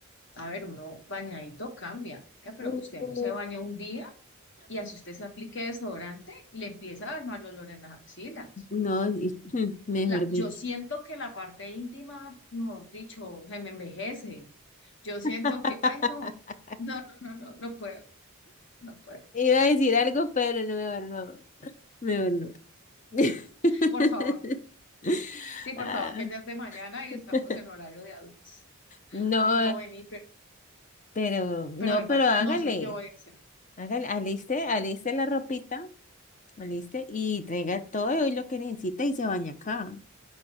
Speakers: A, on the left; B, on the left.
A: A ver, uno bañadito cambia, ¿qué? pero
B: Uh,
A: usted no se baña un día y así usted se aplique desodorante, le empieza a armar el olor en las axilas.
B: no, ni- <laughs> mejor
A: La,
B: dicho.
A: yo siento que la parte íntima, mejor dicho, se me envejece. Yo siento
B: <laughs>
A: que, ay, no, no, no, no, no, no puedo, no puedo.
B: Iba a decir algo, pero no, mejor no. Mejor no. <laughs>
A: Por favor, sí, por
B: Ah,
A: favor, que ya es de mañana y
B: <laughs>
A: estamos en horario de adultos.
B: no,
A: Ay, no, vení, pero,
B: pero, no,
A: pero de verdad,
B: pero hágale.
A: no sé qué voy a hacer.
B: Hágale, aliste, aliste la ropita, aliste y traiga todo y lo que necesita y se baña acá.